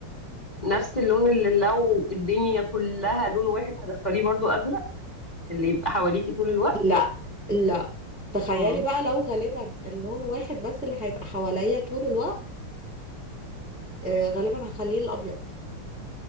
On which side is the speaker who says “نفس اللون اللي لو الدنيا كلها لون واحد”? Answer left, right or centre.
Left